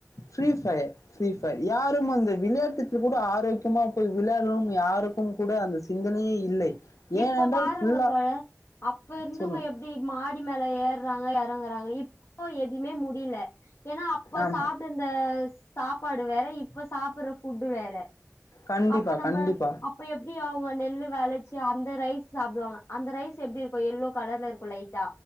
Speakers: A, on the left; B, on the left.
A: ஃரீப் ஃபயர் ஃப்ரீ ஃபயர் யாரும் அந்த விளையாட்டுக்கு கூட ஆரோக்கியமா போய் விளையாடணும் யாருக்கும் கூட அந்த சிந்தனையே இல்லை
B: இப்ப
A: ஏனென்றால்
B: பாருங்க
A: ஃபுல்லா
B: தோழ அப்ப இருந்துவங்க
A: சொல்லுங்க
B: எப்டி மாடி மேல ஏர்றாங்க எற றங்கறாங்க இப்போ எதுவுமே முடில ஏன்னா அப்ப
A: ஆமா
B: சாப்ட்டுந்த சாப்பாடு வேற இப்ப சாப்பற ஃபுட்டு வேற
A: கண்டிப்பா
B: அப்ப நம்ம
A: கண்டிப்பா
B: அப்ப எப்டி அவங்க நெல்லு வெல அந்த ரைஸ் சாப்டுவாங்க அந்த ரைஸ் எப்டிரு எல்லோ கலர்ல இருக்கு லைட்